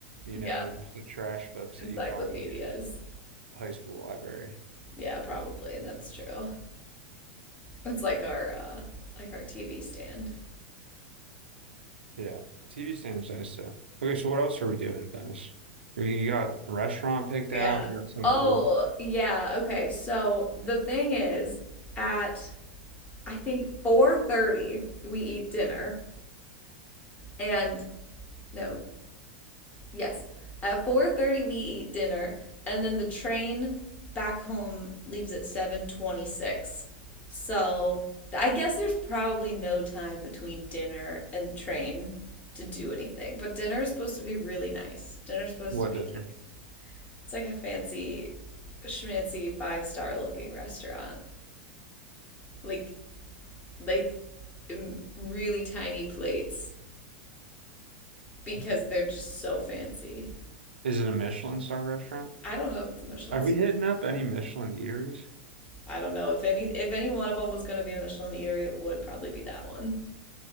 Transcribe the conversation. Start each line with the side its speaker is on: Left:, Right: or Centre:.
Right: You
Left: yeah
Right: know, they're just the trash books
Left: encyclopedias.
Right: that you'd find at your high school library.
Left: Yeah, probably. That's true. It's like our uh like our TV stand.
Right: Yeah, TV stand's nice though. Okay, so what else are we doing in Venice? You got a restaurant picked
Left: Yeah.
Right: out. We got something
Left: Oh,
Right: cool.
Left: yeah. Okay. So the thing is at I think 4:30 we eat dinner and no, Yes. At 4:30 we eat dinner and then the train back home leaves at 7:26. So, I guess there's probably no time between dinner and train to do anything. But dinner is supposed to be really nice. Dinner is supposed
Right: What
Left: to be
Right: dinner?
Left: like it's like a fancy schmancy five-star looking restaurant. Like like m- really tiny plates because they're just so fancy.
Right: Is it a Michelin star restaurant?
Left: I don't know if it's a Michelin
Right: Are we hitting up any Michelin eateries?
Left: I don't know if any if any one of them was gonna be a Michelin eatery, it would probably be that one.